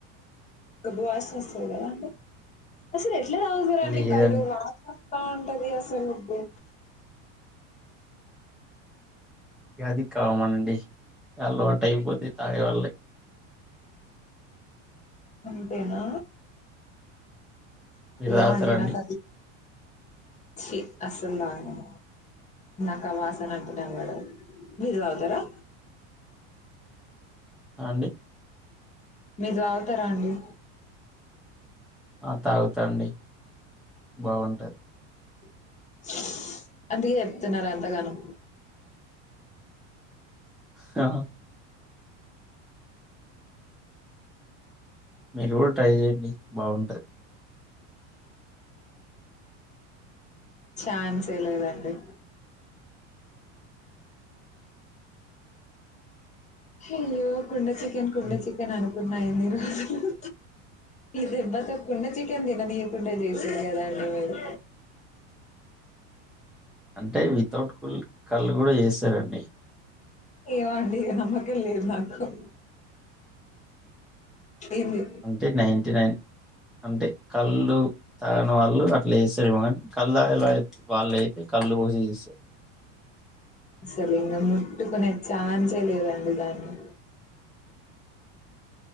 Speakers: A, on the left; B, in the centre.
A: గబ్బు వాసన వస్తది కదా అండి అసలు ఎ ఎట్ల తాగుతారండి
B: లేదండి
A: కల్లు వా <inaudible> స్తా ఉంటది అసలు బో
B: వ్యా అది కామన్ అండి అలవాటైపోతే తాగేవాళ్ళ
A: అంతేనా
B: మీరు
A: ఏండినాస
B: తాగుతారండి
A: ఛీ అస్సలు తాగను నాకు ఆ వాసన అంటేనే బడదు మీరు తగుతారా
B: ఆ అండి
A: మీరు తాగుతారా అండి
B: ఆ తాగుతా అండి బావుంటది.
A: <inaudible> అందుకే చెప్తున్నారా అంతగాను
B: ఆ మీరు గుడ్ ట్రై చేయండి బావుంటా
A: ఛాన్సే లేదండి హాయ్యో కుండ చె కన్ కుండ
B: హ్మ్.
A: చికన్ అను కున్నా ఇన్ని రోజులు ఈ దెబ్బతో కుండ చికెన్ తిననీయకుండా చేసిర్రు కదండి మీరు
B: అంటే వితౌట్ కుల్ కల్లు కూడా చేసారండి
A: ఏమో అండి ఇగ నమ్మకం లేదు నాకు ఏంది
B: అంటే నైన్టీ నైన్ అంటే కల్లు తాగని వాళ్ళు అట్లా చేస్తారు ఏమో కానీ కల్లు తాగేళ్ళు ఐ వాళ్ళు అయితే కల్లు పోసి చేస్తా
A: అసలు ఇంగ ముట్టుకునే ఛాన్సే లేదండి దాన్ని